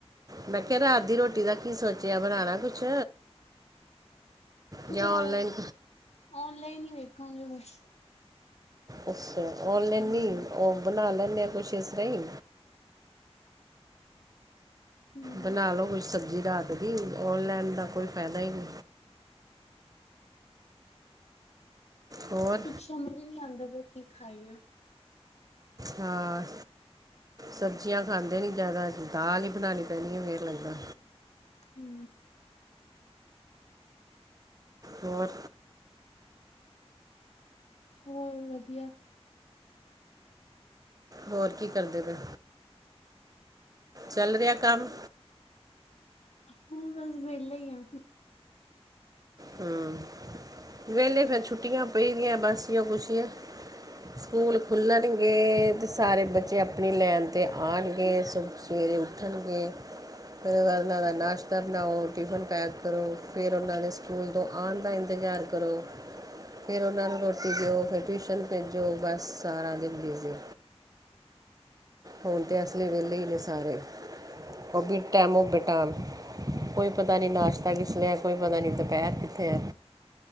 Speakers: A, on the right; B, on the left.
A: ਮੈਂ ਕਿਹਾ ਰਾਤ ਦੀ ਰੋਟੀ ਦਾ ਕੀ ਸੋਚਿਆ, ਬਣਾਣਾ ਕੁਛ? ਜਾਂ
B: ਰਾਤ,
A: ਆਨਲਾਈਨ
B: ਓਨਲਾਈਨ ਹੀ ਵੇਖਾਂ ਕੁਛ।
A: ਅੱਛਾ, ਔਨਲਾਈਨ
B: ਹਮ
A: ਨੀ ਉਹ ਬਣਾ ਲੈਦੇ ਆ ਕੁਛ ਇਸ ਤਰ੍ਹਾਂ ਇ
B: ਹਮ
A: ਬਣਾ ਲੋ ਕੁਝ ਸਬਜ਼ੀ ਰਾਤ ਦੀ, ਔਨਲਾਈਨ ਦਾ ਕੋਈ ਫਾਇਦਾ ਹੀ ਨੀ। ਹੋਰ।
B: ਕੁੱਛ ਸਮਝ ਨਈ ਆਂਦਾ ਪਿਆ ਕੀ ਖਾਈਏ।
A: ਹਾਂ, ਸਬਜ਼ੀਆਂ ਖਾਂਦੇ ਨੀ ਜਿਆਦਾ ਦਾਲ ਹੀ ਬਣਾਣੀ ਪੈਨੀ ਏ ਫੇਰ ਲੱਗਦਾ।
B: ਹੂੰ।
A: ਹੋਰ।
B: ਹੋਰ ਵਧੀਆ।
A: ਹੋਰ ਕੀ ਕਰਦੇ ਪਏ? ਚੱਲ ਰਿਹਾ ਕੰਮ।
B: ਹਾਂ, ਬਸ ਵੇਲੇ ਹੀ ਆ।
A: ਹੂੰ, ਵੇਲੇ ਫਿਰ ਛੁੱਟੀਆਂ ਪੈਦੀਆਂ ਬਾਸੀਆਂ ਬੂਸੀਆਂ ਸਕੂਲ ਖੁੱਲਣਗੇ ਤੇ ਸਾਰੇ ਬੱਚੇ ਆਪਣੀ ਲੈਣ ਤੇ ਆਣਗੇ। ਸਵੇਰੇ ਉੱਠਣਗੇ। ਫਿਰ ਉਹਨਾਂ ਦਾ ਨਾਸ਼ਤਾ ਬਣਾਓ, ਟਿਫਨ ਪੈਕ ਕਰੋ, ਫੇਰ ਉਹਨਾਂ ਸਕੂਲ ਤੋਂ ਆਣ ਦਾ ਇੰਤਜ਼ਾਰ ਕਰੋ। ਫਿਰ ਉਹਨਾਂ ਨੂੰ ਰੋਟੀ ਦਿਓ, ਫਿਰ ਟਿਊਸ਼ਨ ਭੇਜੋ ਬਸ ਸਾਰਾ ਦਿਨ ਬਿਜੀ। ਹੁਣ ਤੇ ਇਸ ਵੇਲੇ ਵੇਹਲੇ ਹੀ ਨੇ ਸਾਰੇ, ਉਹ ਵੀ ਟੈਮ ਬੇਟੇਮ। ਕੋਈ ਪਤਾ ਨੀ ਨਾਸ਼ਤਾ ਕਿਸ ਲਈ ਐ, ਕੋਈ ਪਤਾ ਨਈ ਦੁਪਹਿਰ ਕਿੱਥੇ ਐ।